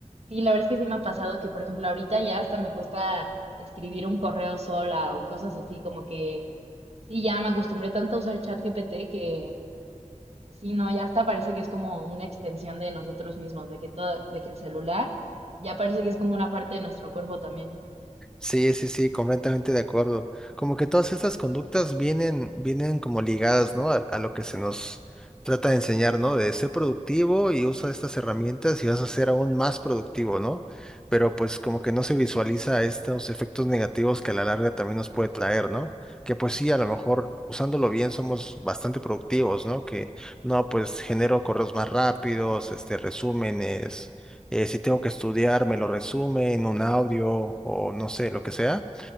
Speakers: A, on the right; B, in the centre.
A: sí, la verdad es que sí me ha pasado que, por ejemplo, ahorita ya hasta me cuesta escribir un correo sola o cosas así, como que sí, ya me acostumbré tanto a usar ChatGPT que sí, no, ya hasta parece que es como una extensión de nosotros mismos, de que todo, de que el celular ya parece que es como una parte de nuestro cuerpo también.
B: Sí, sí, sí, completamente de acuerdo. Como que todas estas conductas vienen, vienen como ligadas, ¿no? A, a lo que se nos trata de enseñar, ¿no? De ser productivo y usa estas herramientas y vas a ser aún más productivo, ¿no? Pero pues como que no se visualiza estos efectos negativos que a la larga también nos puede traer, ¿no? Que pues sí, a lo mejor usándolo bien somos bastante productivos, ¿no? Que no, pues genero correos más rápidos, este, resúmenes eh, si tengo que estudiar, me lo resume en un audio o no sé, lo que sea,